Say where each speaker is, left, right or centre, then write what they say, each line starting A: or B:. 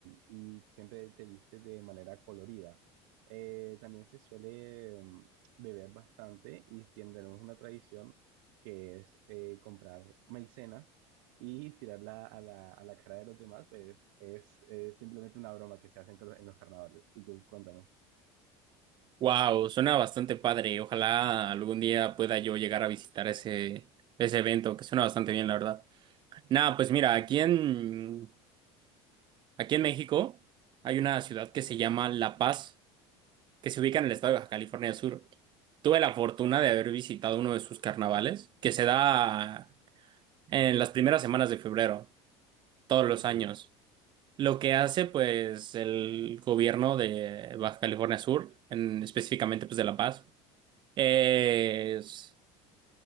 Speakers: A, on the right; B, on the right.
A: y siempre te vistes de manera colorida. Eh, también se suele mm, beber bastante y tenemos una tradición que es eh, comprar maicena y tirarla a la, a la cara de los demás, pues es, es simplemente una broma que se hacen con los- en los carnavales. Y tú, cuéntame.
B: Wow, suena bastante padre. Ojalá algún día pueda yo llegar a visitar ese, ese evento, que suena bastante bien, la verdad. Nada, pues mira, aquí en, aquí en México hay una ciudad que se llama La Paz, que se ubica en el estado de Baja California Sur. Tuve la fortuna de haber visitado uno de sus carnavales, que se da en las primeras semanas de febrero. todos los
A: Ok.
B: años. Lo que hace, pues, el gobierno de Baja California Sur, en- específicamente, pues, de La Paz, es